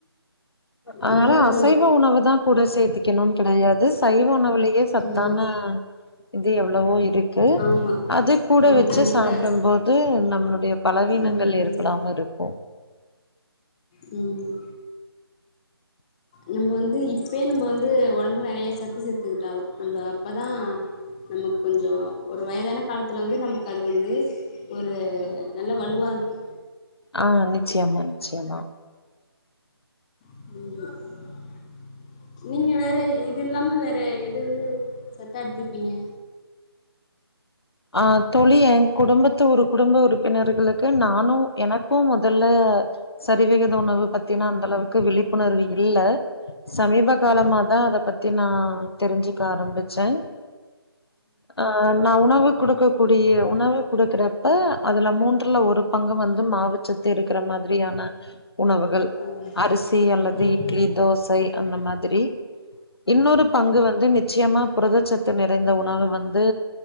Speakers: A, on the left (about 70°); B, on the left (about 15°).
A: அதனால
B: ஆ அதா
A: அசைவ
B: தோழி
A: உணவதா கூட சேத்தி க்கணுன் கெடையாது சைவ உணவுலியே சத்தான
B: ஆமா
A: இது எவ்ளவோ இரு க்கு
B: ஆமா
A: அத கூட
B: ஆமா
A: வெச்சு
B: கண்டிப்பா
A: சாப்டம் போது நம்ளுடைய பலவீனங்கள்
B: ம்
A: இருக் <unintelligible> இருக்கு.
B: ம். நம்ம வந்து இப்பியே நம்ப வந்து ஒடம்புக்கு நறையா சத்து சேத்துகிட்டாதா நம்ப அப்பதா நமக் கொஞ்சோ ஒரு வயதான காலத்துல வந்து நமக்கு அது வந்து ஒரு நல்ல வலுவா இருக்கு.
A: ஆ நிச்சியமா நிச்சியமா.
B: ம். நீங்க வேற இது இல்லாம வேற எது சத்தா எடுத்துப்பீங்க?
A: ஆ தோழி எ குடும்பத்து ஒரு குடும்ப உறுப்பினர்களுக்கு நானு எனக்கு முதல்ல சரிவிகித உணவு பத்தினா அந்த அளவுக்கு விழிப்புணர்வு இல்ல. சமீப காலமாதா
B: ஆ
A: அத பத்தி நா தெரிஞ்சுக்க ஆரம்பிச்சே. ஆ நா உணவு குடுக்கக்கூடிய உணவு குடுக்குறப்ப அதுல மூன்றுல ஒரு பங்கு வந்து மாவுச்சத் த்து இருக்குற மாதிரியான உணவுகள்
B: ஆமா
A: அரிஸ் சி அல்லது
B: ம் ம்
A: இட்லி தோசை அந்த மாதிரி இன்னொரு பங்கு வந்து நிச்சயமா புரதச்சத்து நிறைந்த உணவ வந்து